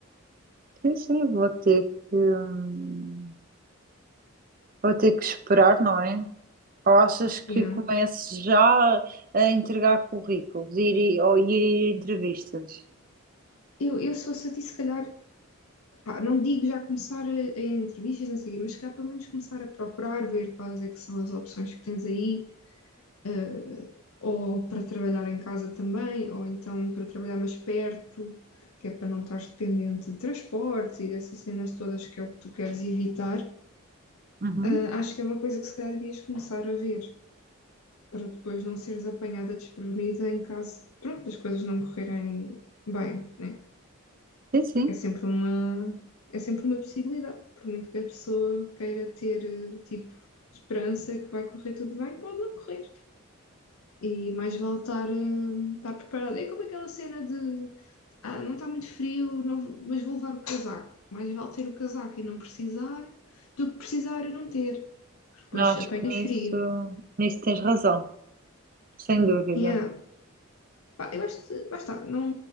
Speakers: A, on the right; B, on the left.
A: sim, sim, vou ter que, hum, vou ter que esperar, não é? Ou achas que
B: Yeah.
A: comece já a entregar currículos, ir, ou ir a entrevistas?
B: Eu, eu, se fosse a ti, se calhar, pá, não digo já começar a, a entrevistas, não sei o quê, mas se calhar pelo menos começar a procurar, ver quais é que são as opções que tens aí, eh, ou para trabalhar em casa também, ou então para trabalhar mais perto, que é para não estar dependente de transportes e dessas cenas todas que é o que tu queres evitar.
A: Uhum.
B: Eh, acho que é uma coisa que se calhar devias começar a ver. para depois não seres apanhada desprevenida em caso, pronto, das coisas não correrem bem, né?
A: Sim, sim.
B: Porque é sempre uma, é sempre uma possibilidade, por muito que a pessoa queira ter, eh, tipo, esperança que vai correr tudo bem, pode não correr. E mais vale estar, eh, estar preparada. É como aquela cena de, ah, não está muito frio, não, vou- mas vou levar o casaco. Mais vale ter o casaco e não precisar do que precisar e não ter. Depois
A: Não, acho
B: apanhas
A: que nisso,
B: frio.
A: nisso tens razão, sem dúvida.
B: Yeah. Pá, eu acho que, lá está, não,